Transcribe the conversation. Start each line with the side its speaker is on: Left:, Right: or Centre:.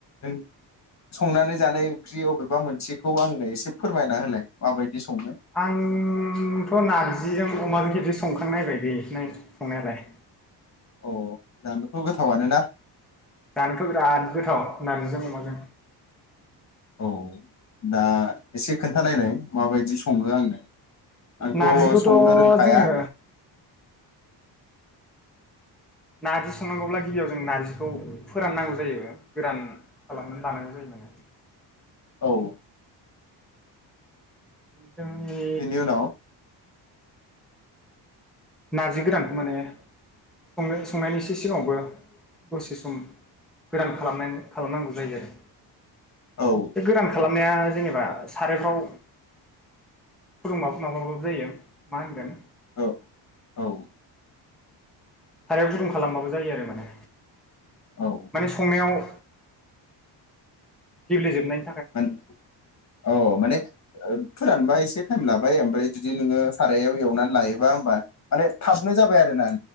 Left: नों संनानै जानाय ओंख्रि अबेबा मोनसेखौ आंनो एसे फोरमायना होलाय माबायदि सङो।
Centre: आंथ नार्जिजों अमाजों खेबसे संखां नायबायलै नाय संनायालाय।
Left: अ जानोथ गोथावानोना?
Centre: जानोथ बिराद गोथाव नार्जिजों अमाजों।
Left: औ दा एसे खोन्थानायलाय माबायदि सङो आंनो। आंथ'
Centre: नार्जिखौथ
Left: संनो रोंखाया
Centre: जोङो नार्जि संनांगौब्ला गिबियाव जों नारजिखौ फोराननांगौ जायो गोरान खालामनानै लानांगौ जायो माने
Left: औ।
Centre: <unintelligible> जोंनि।
Left: बेनि उनाव
Centre: नारजि गोरानखौ माने संनो संनायनि एसे सिगाङावबो दसे सम गोरान खालामनाय खालामनांगौ जायो आरो।
Left: औ
Centre: बे गोरान खालाम नाया जेनेबा सारायफ्राव फुदुंबा माबाबाबो जायो मा होनगोन।
Left: औ औ।
Centre: सारायाव गुदुं खालामबाबो जायो आरो माने।
Left: औ
Centre: माने संनायाव। गेब्लेे जोबनाय।
Left: मान औ औ माने। फोरानबा एसे टाइम लाबाय ओमफ्राय जुदि नोङो सारायाव एवनानै लायोबा होमबा माने थाबनो जाबाय आरो ना